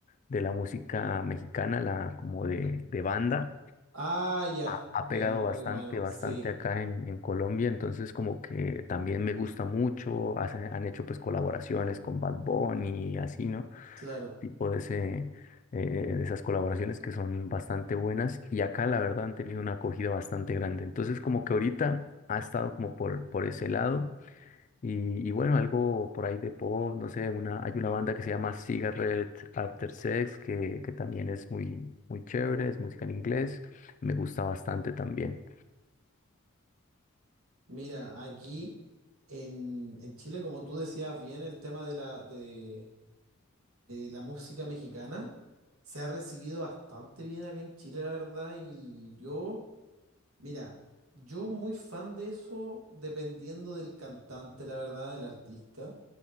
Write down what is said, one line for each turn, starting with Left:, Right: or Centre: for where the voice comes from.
Left: de la música mexicana, la, como de, de banda.
Right: Ah, ya,
Left: Ha, ha
Right: es
Left: pegado
Right: muy
Left: bastante,
Right: bueno,
Left: bastante
Right: sí,
Left: acá en, en Colombia, entonces como que también me gusta mucho. Hacen- han hecho pues colaboraciones con Bad Bunny y así, ¿no?
Right: claro.
Left: tipo de, ese, eh, de esas colaboraciones que son bastante buenas y acá la verdad han tenido una acogida bastante grande. Entonces como que ahorita ha estado como por, por ese lado y, y bueno, algo por ahí de pop, no sé, una, hay una banda que se llama Cigarette After Sex que, que también es muy, muy chévere, es música en inglés, me gusta bastante también.
Right: Mira, aquí en, en Chile, como tú decías bien, el tema de la, de la música mexicana. Se ha recibido bastante bien acá en Chile, la verdad, y yo, mira, yo muy fan de eso, dependiendo del cantante, la verdad, del artista,